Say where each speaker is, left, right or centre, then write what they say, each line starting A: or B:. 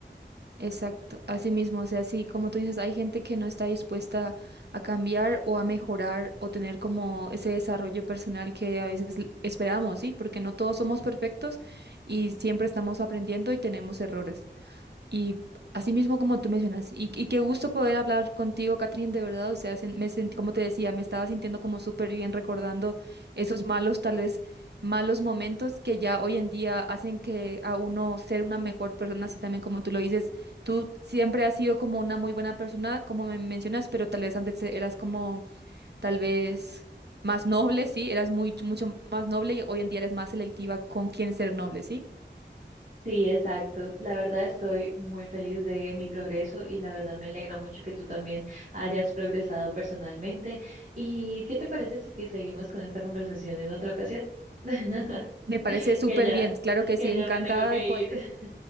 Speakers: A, on the right; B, on the right.
A: exacto, así mismo, o sea, así como tú dices, hay gente que no está dispuesta a cambiar o a mejorar o tener como ese desarrollo personal que a veces l- esperamos, ¿sí? Porque no todos somos perfectos y siempre estamos aprendiendo y tenemos errores. Y así mismo como tú mencionas, y, y qué gusto poder hablar contigo, Catherine, de verdad, o sea, sen- me sentí, como te decía, me estaba sintiendo como súper bien recordando esos malos, tal vez malos momentos que ya hoy en día hacen que a uno ser una mejor persona, así también como tú lo dices, tú siempre has sido como una muy buena persona, como me mencionas, pero tal vez antes eras como, tal vez más noble, sí, eras muy, mucho más noble y hoy en día eres más selectiva con quién ser noble, sí.
B: Sí, exacto. La verdad estoy muy feliz de mi progreso y la verdad me alegra mucho que tú también hayas progresado personalmente. ¿Y qué te parece si que seguimos con esta conversación en otra ocasión? <laughs>
A: Me parece súper
B: Que ya,
A: bien, claro que sí,
B: que
A: encantada
B: ya me tengo que
A: de poder.
B: ir.